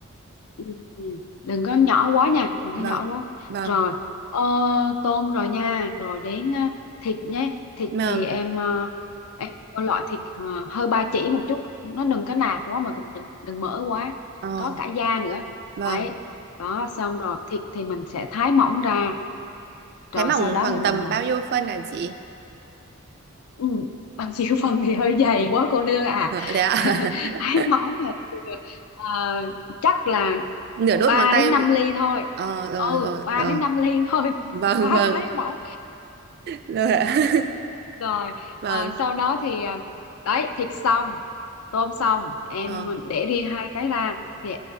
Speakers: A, on the left; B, on the right.
A: Ừ, ừ. đừng có nhỏ quá nha đừng
B: Vâng,
A: có nhỏ quá
B: vâng,
A: rồi ờ, tôm rồi nha rồi đến ờ, thịt nhé thịt
B: vâng,
A: thì em ờ, em có loại thịt ờ, hơi ba chỉ một chút nó đừng có nạc quá mà cũng đừng đừng mỡ quá
B: ờ,
A: có cả da nữa
B: vâng.
A: đấy đó xong rồi thịt thì mình sẽ thái mỏng ra rồi
B: Thái mỏng
A: sau đó
B: khoảng
A: mình
B: tầm
A: ờ,
B: bao nhiêu phân hả chị?
A: Ừ, bằng chiều phần thì hơi dày
B: <laughs>
A: quá cô nương à
B: Ừ, Thế ạ?
A: <laughs>
B: <laughs>
A: thái mỏng là từ, ờ, chắc là
B: Nửa đốt
A: 3
B: ngón tay
A: đến
B: không
A: 5
B: chị?
A: ly thôi
B: Ờ, rồi,
A: ừ
B: rồi,
A: 3
B: rồi.
A: đến 5 ly thôi
B: Vâng,
A: <laughs> quá
B: vâng,
A: thái mỏng
B: rồi ạ. <laughs>
A: rồi
B: Vâng,
A: ờ, sau đó thì ờ, đấy thịt xong tôm xong em
B: vâng,
A: để riêng hai cái ra thì